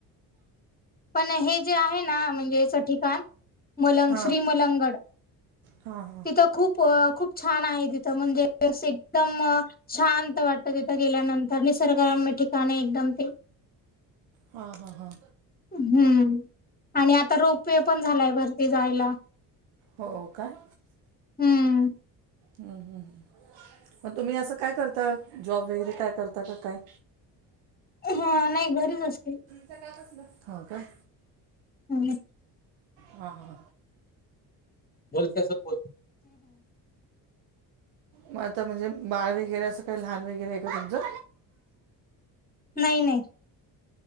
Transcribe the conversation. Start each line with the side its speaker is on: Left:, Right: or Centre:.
Left: पण हे जे आहे ना म्हणजे याच ठिकाण मलंग
Right: हां
Left: श्री मलंगड
Right: हां हां
Left: तिथं खूप खूप छान आहे तिथं म्हणजे एकदम शांत वाटत तिथं गेल्यानंतर निसर्गराम्य ठिकाणे एकदम ते
Right: हा हा हा
Left: हम्म आणि आता रोपवे पण झालाय भरती जायला
Right: हो काय
Left: हम्म
Right: हम्म हम् मग तुम्ही असं काय करता जॉब वगैरे काय करता का काय
Left: ह नाही घरीच असते.
Right: हो का
Left: हम्म,
Right: हा हा
Left: बोलसोल
Right: मग आता म्हणजे बाळ वगैरे असं काही लहान वगैरे आहे का तुमचं.
Left: नाही नाही